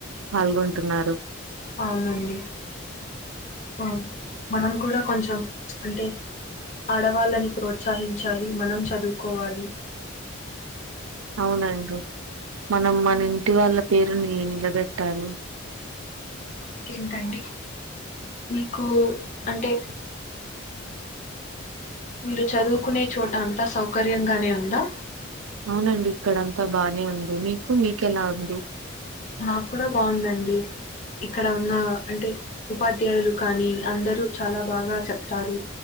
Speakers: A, on the right; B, on the left.
A: పాల్గొంటున్నారు
B: అవునండి ఓ మనం కూడా కొంచెం అంటే ఆడవాళ్ళని ప్రోత్సహించాలి మనం చదువుకోవాలి
A: <inaudible> అవునండి మనం మన ఇంటి వాళ్ళ పేరుని నిలబెట్టారుి
B: ఇంకేంటండి మీకు అంటే మీరు చదువుకునే చోట అంతా సౌకర్యంగానే ఉందా
A: అవునండి ఇక్కడ అంతా బానే ఉంది మీకు మీకెలా ఉంది
B: నాకు కూడా బాదండి ఇక్కడ ఉన్న అంటే ఉపాధ్యాయులు కానీ అందరు చాలా బాగా చెప్తారు